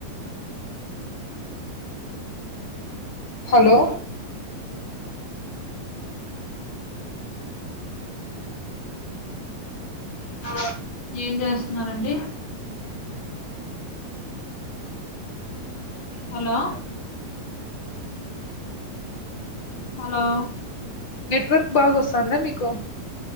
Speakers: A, on the left; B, on the left.
A: హలో ఆ
B: ఏం చేస్తున్నారండి హలో హలో
A: నెట్వర్క్ బాగా వస్తుందా మీకు